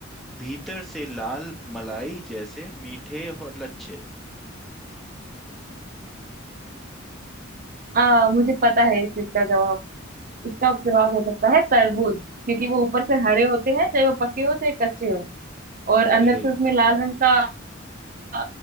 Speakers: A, in the centre; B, on the right.
A: भीतर से लाल मलाई जैसे मीठे और लच्छे
B: हाँ मुझे पता है इस चीज का जवाब इसका जवाब हो सकता है तरबूज क्योंकि वो ऊपर से हरे होते हैं चाहे वो पके हो चाहे कच्चे हो और
A: अरे
B: अंदर से उसमें लाल रंग का अ,